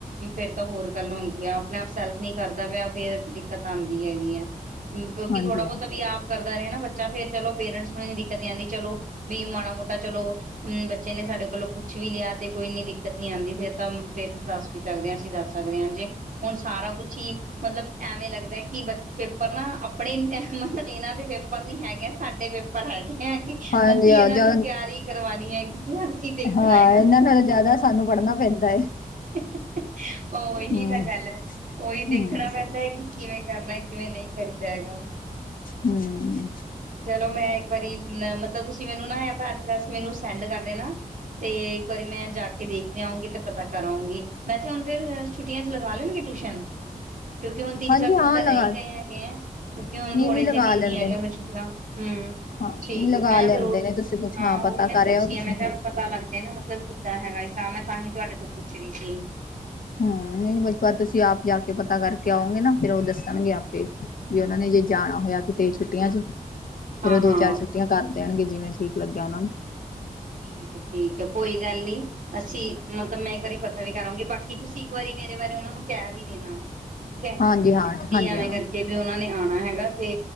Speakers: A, on the right; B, on the left.
A: ਫੇਰ ਤਾਂ ਹੋਰ ਗੱਲ ਹੁੰਦੀ ਆ ਆਪਣੇ ਆਪ ਸੈਲਫ ਨਹੀਂ ਕਰਦਾ ਪਿਆ ਫੇਰ ਦਿੱਕਤ ਆਉਂਦੀ ਹੈਗੀ ਆ ਕਿਉਕਿ
B: ਹਾਂਜੀ
A: ਥੋੜਾ ਬਹੁਤ
B: ਹਾਂ,
A: ਅਭ ਆਪ ਕਰ ਨਾ ਬੱਚਾ ਫੇਰ ਚਲੋ ਪੇਰੈਂਟਸ ਨੂੰ ਇੰਨੀ ਦਿੱਕਤ ਆਉਂਦੀ ਚਲੋ ਵੀ ਮਾੜਾ ਮੋਟਾ ਚਲੋ ਅਮ ਬੱਚੇ ਨੇ ਸਾਡੇ ਕੋਲੋਂ ਕੁੱਛ ਵੀ ਲਿਆ ਤੇ ਕੋਈ ਇੰਨੀ ਦਿੱਕਤ ਨੀ ਆਉਂਦੀ ਫੇਰ ਤਾਂ ਪੇਰੈਂਟਸ ਦੱਸ ਵੀ ਸਕਦੇ ਹ ਅਸੀਂ ਦੱਸ ਸਕਦੇ ਹਾਂ ਜੇ ਹੁਣ ਸਾਰਾ ਕੁਛ ਹੀ ਮਤਲਬ ਐਵੇਂ ਲੱਗਦਾ ਕਿ ਬ ਪਰ ਨਾ ਆਪਣੇ ਮਤਲਬ ਇਹਨਾਂ ਦੇ ਵੇਪਰ ਨਹੀਂ ਹੈਗੇ ਸਾਡੇ ਪਰਰ ਹੈਗੇ ਹੈਗੇ
B: ਹਾਂਜੀ
A: ਅਸੀਂ
B: ਹਾਂ,
A: ਇਹਨਾਂ
B: ਜਾਂ
A: ਨੂੰ ਤਿਆਰੀ ਕਰਵਾਉਣੀ ਹੈਗੀ ਅਸੀਂ ਦੇਖਣਾ
B: ਹਾਂ
A: ਹੈਗਾ
B: ਇਹਨਾਂ ਨਾਲੋਂ ਜ਼ਿਆਦਾ ਸਾਨੂੰ ਪੜ੍ਹਨਾ ਪੈਂਦਾ ਹੈ
A: ਹ ਇਹੀ
B: ਹਮ
A: ਤਾਂ ਗੱਲ ਹੈ ਉਹੀ ਦੇਖਣਾ
B: ਹਮ
A: ਪੈਂਦਾ ਹੈ ਕਿ ਕਿਵੇਂ ਕਰਨਾ ਕਿਵੇਂ ਨਹੀਂ ਕਰੀਦਾ ਹੈਗਾ
B: ਹਮ
A: ਚਲੋ ਮੈਂ ਇੱਕ ਵਾਰੀ ਅ ਮਤਲਬ ਤੁਸੀਂ ਮੈਨੂੰ ਨਾ ਤਾਂ ਐਡਰੈਸ ਮੈਨੂੰ ਸੈਂਡ ਕਰਦੇ ਨਾ ਤੇ ਇੱਕ ਵਾਰੀ ਮੈਂ ਜਾ ਕੇ ਦੇਖ ਕੇ ਆਊਂਗੀ ਤੇ ਪਤਾ ਕਰਾਊਂਗੀ ਮੈਂ ਚਲ ਫਿਰ ਛੁੱਟੀਆਂ ਕਰ ਲੈਣਗੇ ਟਿਊਸ਼ਨ ਕਿਉਂਕਿ ਹੁਣ ਤਿੰਨ
B: ਹਾਂਜੀ
A: ਚਾਰ ਦਿਨ
B: ਹਾਂ
A: ਤਾਂ
B: ਲਗਾ
A: ਰਹਿ ਹੀ ਗਏ ਹੈਗੇ ਆ ਕਿਉਂਕਿ
B: ਨਹੀਂ
A: ਹੁਣ ਥੋੜੇ
B: ਨਹੀਂ ਲਗਾ
A: ਜਿਹੇ ਦਿਨ
B: ਲੈਂਦੇ
A: ਨੀ ਹੈਗੇ ਮੈਂ ਛੁੱਟਿਆ ਹਮ
B: ਹਾਂ
A: ਠੀਕ
B: ਲਗਾ
A: ਹੈ ਮੈਂ
B: ਲੈਂਦੇ
A: ਫੇਿਰ ਉਹੀ
B: ਨੇ ਤੁਸੀਂ ਕੁਛ
A: ਹਾਂ ਉਹੀ
B: ਪਤਾ
A: ਮੈਂ
B: ਕਰ
A: ਸੋਚਦੀ
B: ਰਹੇ ਹੋ ਤੁਸੀਂ
A: ਹਾਂ ਮੈਂ ਕਿਹਾ ਪਤਾ ਲੱਗਦਾ ਨਾ ਕਿੱਦ ਹੈਗਾ ਹਿਸ ਮੈਂ ਤਾਂਹੀ ਤੁਹਾਡੇ ਤੋਂ ਪੁੱਛ ਸੀ
B: ਹਮ ਇੱਕ ਵਾਰ ਤੁਸੀਂ ਆਪ ਜਾ ਕੇ ਪਤਾ ਕਰਕੇ ਆਓਗੇ ਨਾ ਫੇਿਰ ਉਹ ਦੱਸਣਗੇ ਆਪੇ ਵੀ ਉਹਨਾਂ ਨੇ ਜੇ ਜਾਣਾ ਹੋਇਆ ਕਿਤੇ ਛੁੱਟੀਆਂ ਚ ਫੇਰ
A: ਹਾਂ
B: ਉਹ
A: ਹਾਂ
B: ਦੋ ਚਾਰ ਛੁੱਟੀਆਂ ਕਰ ਦੇਣਗੇ ਜਿਵੇਂ ਠੀਕ ਲੱਗਿਆ ਉਹਨਾਂ ਨੂੰ
A: ਠੀਕ ਹੈ, ਠੀਕ ਹੈ, ਕੋਈ ਗੱਲ ਨੀ ਅਸੀਂ ਮਤਲਬ ਮੈਂ ਇਕ ਵਾਰੀ ਪਤਾ ਵੀ ਕਰ ਆਵਾਂਗੀ ਬਾਕ- ਕੀ ਤੁਸੀਂ ਇੱਕ ਵਾਰੀ ਮੇਰੇ ਬਾਰੇ ਉਹਨਾ ਨੂੰ ਕਹਿ ਵੀ ਦੇਣਾ ਠੀਕ ਹੈ
B: ਹਾਂਜੀ ਹਾਂ
A: ਵੀ
B: ਹਾਂਜੀ
A: ਐਵੇਂ
B: ਹਾਂ
A: ਕਰਕੇ ਵੀ ਉਹਨਾ ਨੇ ਆਉਣਾ ਹੈਗਾ ਤੇ